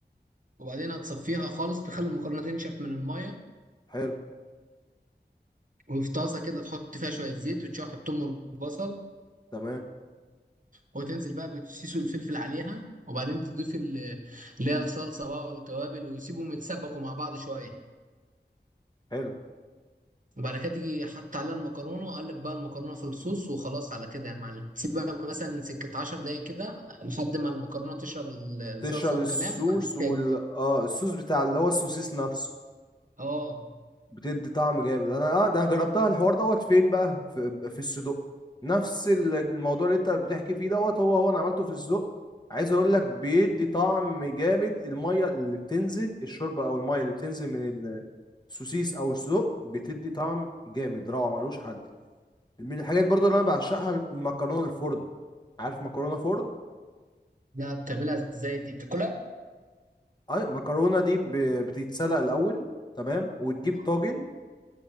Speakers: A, on the right (about 45°); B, on the left (about 25°).
A: وبعدين هتصفيها خالص تخلي المكرونه تنشف من الميه
B: حلو
A: وفي طاسه كده تحط فيها شويه زيت وتشوح الثوم والبصل
B: تمام
A: وتنزل بقى بالسيس والفلفل عليها وبعدين تضيف ال- اللي هي الصلصه بقى والتوابل ويسيبهم يتسبكوا مع بعض شويه
B: حلو
A: وبعد كده تيجي حط عليها المكرونه وقلب بقى المكرونه في الصوص وخلاص على كده يا معلم سيبها مثلا سكه 10 دقايق كده لحد ما المكرونه تشرب ال- الصلصه
B: تشرب
A: والكلام
B: الصوص
A: وبعدين
B: وال
A: تاكل
B: اه الصوص بتاع اللي هو السوسيس نفسه
A: اه
B: بتدي طعم جامد انا اه ده انا جربتها الحوار دوت فين بقى في, في الصدق نفس ال- الموضوع اللي انت بتحكي فيه دوت هو هو انا عملته في الصدق عايز اقول لك بيدي طعم جامد الميه اللي بتنزل الشوربه او الميه اللي بتنزل من السوسيس او الصدق بتدي طعم جامد روعه ملوش حل من الحاجات برضو اللي انا بعشقها المكرونه الفرن عارف مكرونه فرن
A: لا بتعملها ازاي دي بتاكلها
B: اي المكرونه دي ب- بتتسلق الاول تمام وتجيب
A: آه،
B: طاجن